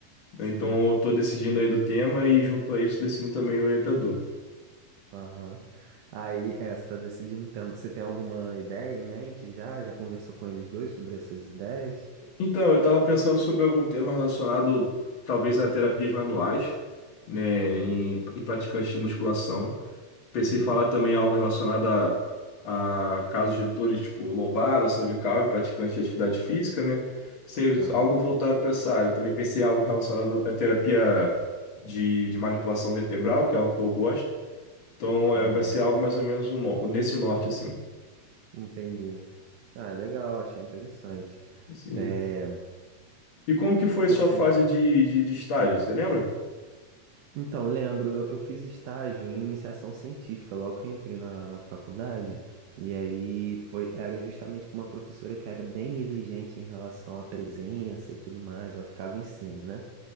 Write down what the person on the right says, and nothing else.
sim.
Aham. Aí, é, você tá decidindo. Então, você tem alguma ideia em mente já? Já conversou com eles dois sobre essas ideias?
Aham.
Hum.
Aham.
Aham.
Entendi. Ah, legal, achei interessante.
É,
assim,
então, lembro, eu, eu fiz estágio em iniciação científica logo que eu entrei na, na faculdade. E aí foi, era justamente com uma professora que era bem exigente em relação à presença e tudo mais, ela ficava em cima, né?